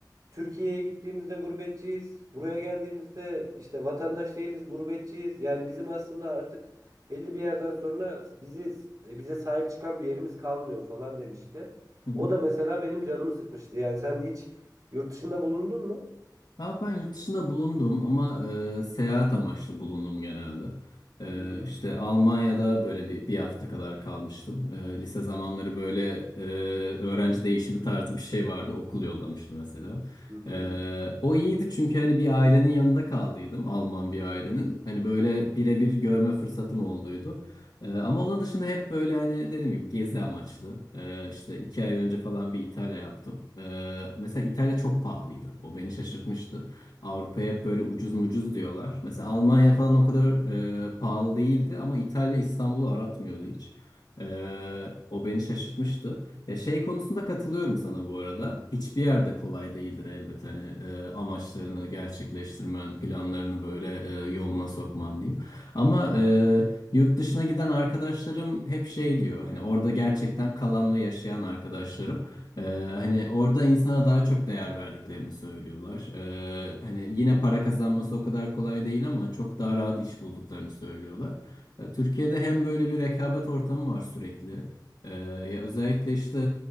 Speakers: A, on the right (about 55°); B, on the left (about 80°).
A: Türkiye'ye gittiğimizde gurbetçiyiz. Buraya geldiğimizde işte vatandaş değiliz, gurbetçiyiz. Yani bizim aslında artık belli bir yerden sonra bizi e, bize sahip çıkan bir yerimiz kalmıyor falan demişti.
B: hı hı.
A: O da mesela benim canımı sıkmıştı. Yani sen hiç yurt dışında bulundun mu?
B: Ha, ben yurt dışında bulundum ama e, seyahat amaçlı bulundum genelde. E,
A: Hı hı.
B: işte Almanya'da böyle bir, bir hafta kadar kalmıştım. E, lise zamanları böyle e, öğrenci değişimi tarzı bir şey vardı. Okul yollamıştı mesela.
A: Hı hı.
B: E, o iyiydi çünkü hani bir ailenin yanında kaldıydım. Alman bir ailenin. Hani böyle birebir görme fırsatım olduydu. Ee, ama onun dışında hep böyle hani dediğim gibi gezi amaçlı. Ee, işte iki ay önce falan bir İtalya yaptım. Ee, mesela İtalya çok pahalıydı. O beni şaşırtmıştı. Avrupa'ya hep böyle ucuz mucuz diyorlar. Mesela Almanya falan o kadar e, pahalı değildi ama İtalya İstanbul'u aratmıyordu hiç. Ee, o beni şaşırtmıştı. Ya şey konusunda katılıyorum sana bu arada. Hiçbir yerde kolay değildir elbet hani e, amaçlarını gerçekleştirmen, planlarını böyle e, yoluna sokman diyeyim. Ama e, Yurt dışına giden arkadaşlarım hep şey diyor hani orada gerçekten kalan ve yaşayan arkadaşlarım Ee, hani orada insana daha çok değer verdiklerini söylüyorlar. Ee, hani yine para kazanması o kadar kolay değil ama çok daha rahat iş bulduklarını söylüyorlar. Ee, Türkiye'de hem böyle bir rekabet ortamı var sürekli. Ee, ya özellikle işte